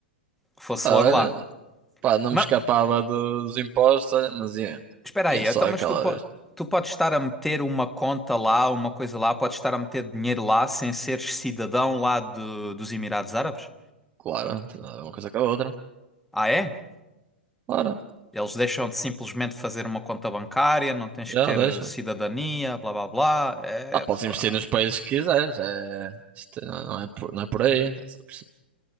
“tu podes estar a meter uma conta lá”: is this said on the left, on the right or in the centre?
Centre